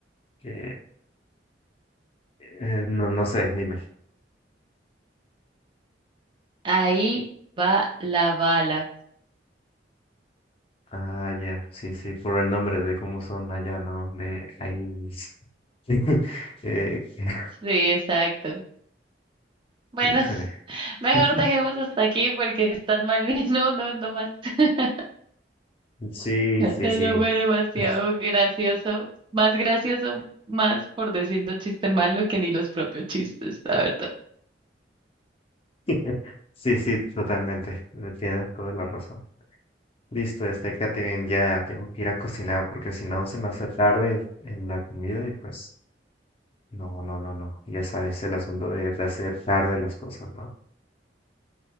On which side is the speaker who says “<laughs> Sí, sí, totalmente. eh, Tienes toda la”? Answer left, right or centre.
Left